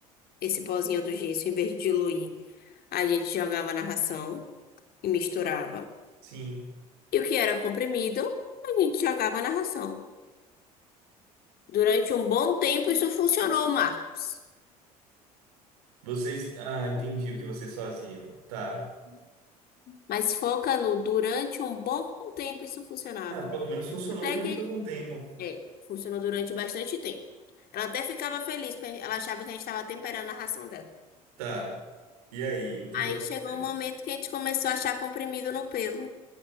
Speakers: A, on the left; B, on the right.
A: esse pozinho do gesso, em vez de diluir, a gente jogava na ração e misturava.
B: Sim.
A: E o que era comprimido, a gente jogava na ração. Durante um bom tempo isso funcionou, Marcos.
B: Vocês... Ah, entendi o que vocês faziam. Tá.
A: Mas foca no durante um bom tempo isso funcionava.
B: Ah, pelo menos funcionou
A: Até
B: durante
A: que
B: algum tempo.
A: é, funcionou durante bastante tempo. Ela até ficava feliz porque ela achava que a gente estava temperando a ração dela.
B: Tá. E aí, o que
A: Aí
B: foi que aconteceu?
A: chegou um momento que a gente começou a achar comprimido no pelo,